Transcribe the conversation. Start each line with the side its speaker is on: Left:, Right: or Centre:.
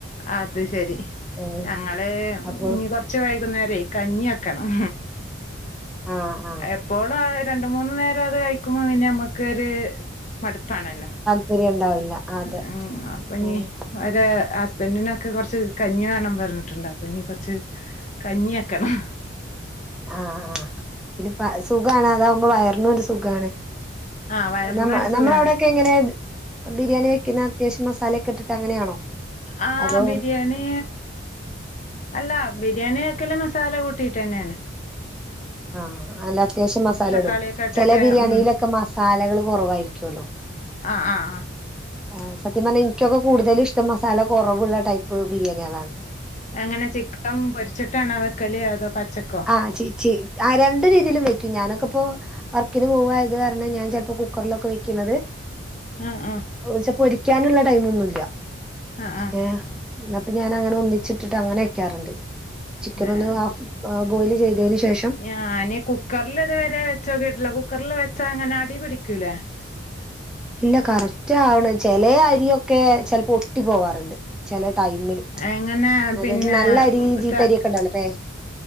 Left: അത് ശരി
Centre: ഉം
Left: ഞങ്ങളെ
Centre: അപ്പൊ
Left: ഇനി കൊറ ച്ച് വൈകുന്നേരെ കഞ്ഞിക്കണം
Centre: ആ ആ
Left: എപ്പോളും അഹ് രണ്ട് മൂന്ന് നേരം അത് കഴിക്കുമ്പോ പിന്നെ നമ്മക്ക ഒരു മടുപ്പാണല്ലോ
Centre: വീര്യം ഉണ്ടാവില്ല അതെ
Left: ഏഹ് അപ്പൊഞ്ഞി
Centre: ഉം
Left: ഒരെ ഹസ്ബൻഡിനൊക്കെ കുറച്ച് കഞ്ഞി വേണം പറഞ്ഞിട്ടുണ്ട് അപ്പഞ്ഞി കുറച്ച് കഞ്ഞി വെക്കണം
Centre: ആഹ് ആഹ് പിന്നെ പ സുഖാണ് അതാകുമ്പോ വയറിനും ഒരു സുഖാണ്
Left: ആഹ് വയറിനൊരു
Centre: നമ്മ
Left: സുഖാണ്.
Centre: നമ്മള അവിടൊക്കെ എങ്ങനെ ത് ബിരിയാണി വെക്കുന്ന അത്യാവശ്യം മസാല ഒക്കെട്ടിട്ട്ങ്ങനെയാണോ
Left: ആഹ്
Centre: അതോ
Left: ബിരിയാണി അല്ല ബിരിയാണിവെക്കല് മസാല കൂട്ടിയിട്ട് തന്നെയാണ്
Centre: ആഹ് അയ്ല് അത്യാവശ്യം മസാല
Left: തക്കാളിയൊക്കെ
Centre: ഇടും
Left: ഇട്ടിട്ട്
Centre: ചെല ബിരിയാണിയിലൊക്കെ
Left: ഉം
Centre: മസാലകൾ കുറവായിരിക്കുവല്ലോ
Left: ആഹ് ആഹ് ആഹ്
Centre: ആഹ് സത്യം പറഞ്ഞ എനിക്കൊക്കെ കൂടുതലും ഇഷ്ട മസാല കുറവുള്ള ടൈപ്പ് ബിരിയാണികളാണ്
Left: എങ്ങനെ ചിക്കൻ പൊരിച്ചിട്ടാണ് വെക്കല് അതോ പച്ചക്കോ
Centre: ആഹ് ച്ചി ച്ചി ആ രണ്ടു രീതിയിലും വെക്കും ഞാനൊക്കെ ഇപ്പോ വർക്കിന് പോവായത് കാരണം ഞാൻ ചിലപ്പോ കുക്കറിലൊക്കെ വെക്കുന്നത്
Left: ആഹ് ആഹ്
Centre: ഓച്ച പൊരിക്കാനുള്ള ടൈം ഒന്നുല്ല
Left: ആഹ് ആഹ്
Centre: ഏഹ് എന്നപ്പ ഞാൻ അങ്ങനെ ഒന്നിച്ചിട്ടിട്ട് അങ്ങനെ വെക്കാറുണ്ട് ചിക്കൻ
Left: ഏഹ്
Centre: ഒന്ന് ഹാഫ്
Left: കു
Centre: ബോയിൽ ചെയ്തതിന് ശേഷം
Left: ഞാന് കുക്കറിൽ ഇതുവരെ വെച്ചോക്കിട്ടില്ല കുക്കറിൽ വെച്ചാ അങ്ങനെ അടി പിടിക്കൂലേ
Centre: ഇല്ല കറക്റ്റ് ആവണ് ചെലേ അരിയൊക്കെ ചിലപ്പോ ഒട്ടി പോവാറുണ്ട് ചിലെ ടൈമില്
Left: എങ്ങനെ പിന്നെ
Centre: അതായത് നല്ല അരി ചീത്തരിക്കെ
Left: ത
Centre: ണ്ടല്ലോ പ്പേ